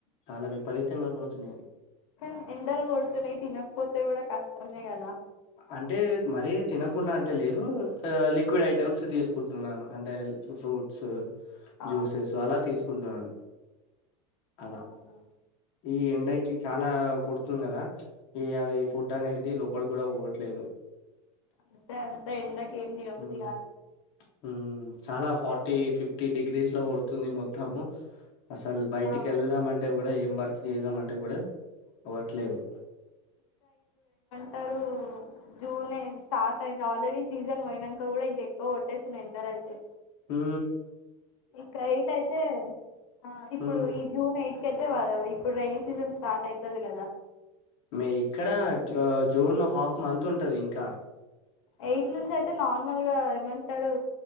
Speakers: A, on the left; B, on the left.
A: చాలా విపరీతంగా పోతున్నాయి.
B: కానీ ఎండలు కొడుతున్నాయి, తినకపోతే కూడా కష్టమే కదా.
A: అంటే మరీ తినకుండా అంటే లేదు లిక్విడ్ ఐటమ్స్ తీసుకుంటున్నాను. అంటే ఫ్రూట్స్
B: ఆ
A: జ్యూసెస్ అల తీసు కుండన్ అలా
B: అవునా
A: ఈ ఎండకి చా లా కోడుతుంది. కదా ఇగ అది ఫుడ్ అనేది లోపలి కూడా పోవట్లేదు
B: అంతే అంతే ఎండకి ఎమ్ తినబుద్ధి
A: ఉమ్
B: కాదు.
A: ఉమ్ చాలా ఫార్టీ ఫిఫ్టీ డిగ్రీస్లో కోడుతుంది. మొత్తము అసల్ బయటికి
B: ఆ,
A: వెళ్దాం అంటే కూడా ఏం వర్క్ చేద్దాం అంటే కూడా అవ్వట్లేదు
B: అంటారు జూన్ నెల్ స్టార్ట్ అయింది ఆల్రెడీ సీజన్ పోయినంకా కూడా ఇంక ఎక్కువ కొట్టేస్తున్నాయి. ఎండాలు అయితే
A: హు
B: ఇంకా ఎయిట్ అయితే ఆ ఇప్పుడు
A: ఉమ్
B: ఈ జూన్ ఎయి <unintelligible> ఇప్పుడు రేణి సీజన్ స్టార్ట్ అయితది గదా
A: మే ఇక్కడ జూన్ హాఫ్ మంత్ ఉంటది ఇంకా
B: ఎయిట్ నుంచి అయితే నార్మల్ గా ఏమంటారూ